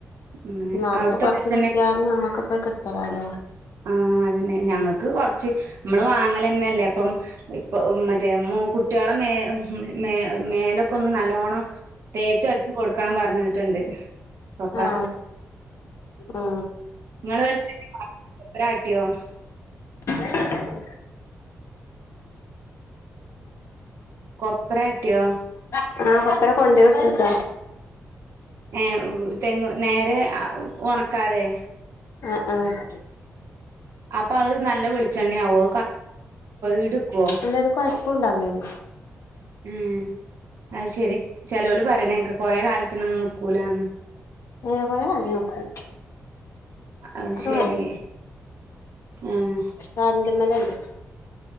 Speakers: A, on the right; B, on the left.
A: അങ്ങനെ
B: എന്നാലപ്പ
A: അവിടുത്തെ
B: കൊറച്ച്
A: വെളിച്ചെണ്ണ
B: കിട്ടിയാലും നമ്മുക്ക്പ്പോ കിട്ടരല്ലേ
A: ആ അതന്നെ ഞങ്ങക്ക് കൊറച്ച് മ്മള് വാങ്ങലല്ലേപ്പം ഇപ്പൊ മറ്റേ മ കുട്ടികളെ മേ മേ മേലൊക്കെ ഒന്ന് നല്ലോണം തേച്ച വരച്ച് കൊടുക്കണം പറഞ്ഞിട്ടുണ്ട് പപ്പ
B: ആഹ ആഹ
A: നിങ്ങള്ൾ വിളിച്ചരാട്ടിയോ <unintelligible>
B: <inaudible>
A: കൊപ്ര ആട്ടിയോ
B: ആ കൊപ്പ ര കൊണ്ടയ് കൊടുത്തക്ക
A: ഏഹ തെങ നേരെ ഒ ണക്കാതെ
B: ആ ആഹ
A: അപ്പൊ അത് നല്ല വെളിച്ചെണ്ണ ആവോ ഈട് നിക്കുവോ
B: അക്ക <unintelligible> ണ്ടാവല അടി <unintelligible>
A: ഉം അത് ശെരി ചെലോല് പറയണക്കെ കൊറെ കാലത്തിന ഒന്നും നിൽക്കൂലാന്ന്
B: ഏഹ് കൊറേ കാലം നിക്കും
A: ആ ത്
B: അതൊക്കെ
A: ശരി ആഹ
B: കന്റെമ്മലല്ലേ <unintelligible>